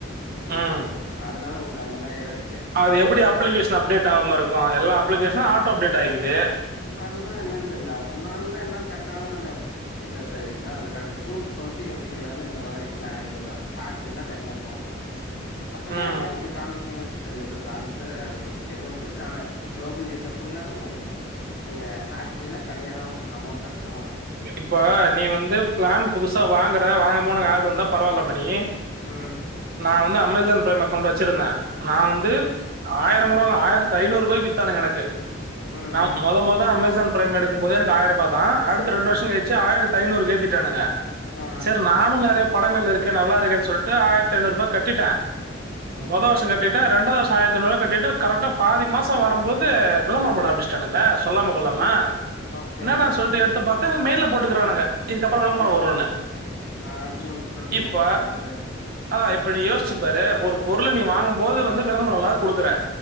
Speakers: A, on the left; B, on the right.
A: இது
B: ம்.
A: அதனால உங்ளுக் அந்த மாரி எதாச்சு
B: அது எப்டி அப்ளிகேஷன் அப்டேட் ஆவாம இருக்கு எல்லா அப்ளிகேஷனு
A: அது
B: ஆட்டோ அப்டேட் ஆயிக்குது
A: அதுதா என்னன் தெர்லா நா தா எல்லா கரெக்ட்டா தா செஞ்சே இல்ல சார் இதா அதுக்கான ஜூன் டொண்ட்டி டொண்ட்டி ஃபைலந்து இந்த மாரி பிளான் <inaudible> ஆட் ஃப்ரீனா தனியா போட்ணுமா அப்ப
B: ம்.
A: ஏங்க அப்டி காம்ச்சிங்க தெர்ல சார் சாரி சார் அது <unintelligible> ஆனா குளோபல் யூசர் ஃபுல்லாவே நீங்க ஆட் ஃப்ரீனா தனியாதா உங்களுக்கு அமௌண்ட் கட்ணு
B: இப்ப நீ வந்து பிளான் புதுசு சா வாங்குற வாங்க போது உனக் ஆட் வந்தா பரவால்ல மணி
A: ம்
B: நா வந்து அமேசான் பிரைம் அக்கௌன்ட் வச்சிருந்தே நா வந்து
A: ஓகே
B: ஆயிரம்
A: ம்
B: கூட இல்ல ஆயிரத்தி ஐநூற்பாய்க்கு இத்தானுங்க எனக்கு
A: ம்
B: நா
A: ம்
B: மொத மொத அமேசான் பிரைம் எடுக்கும்போதே எனக்கு ஆயரூபா தா அடுத்து ரெண்டு வர்ஷோ
A: ஓகே
B: கழிச்சு ஆயிரத்தி ஐநூறுக்கு ஏத்திட்டானுங்க
A: ஆ
B: செரி நானு நறைய படங்கள் இருக்கு நல்லாருக்கே சொல்ட்டு ஆயிரத்தி
A: ஆ
B: ஐநூறுபா
A: ம்
B: கட்டிட்டே
A: ஓகே
B: மொத வர்ஷோ கட்டிட் ரெண்டாது வர்ஷோ ஆயிரத்தி ஐநூறு கட்டிட்டு கரெக்டா பாதி மாசோ வரும்போது விளம்பரோ போட
A: ஆ
B: ஆரம்பிச்ட்டானுங்க சொல்லாம கொல்லாம
A: ம் ஓகே
B: என்னடா
A: ஓகே
B: சொல்ட்டு எடுத்து பாத்தா மெயில்ல போட்டுக்குறானுங்க இதுக்கப்றோ விளம்பரோ
A: ஆ
B: வருன்னு
A: ஆ ஜூன் டுவெண்ட்டி
B: இப்ப
A: டுவெண்ட்டி ஃபைவ்ல இருந்து
B: ஆ இப்ப நீ யோசிச்சு பாரு ஒரு பொருள
A: ஆ
B: நீ வாங் போது வந்து விளம்பரோ இல்லாத குடுக்குற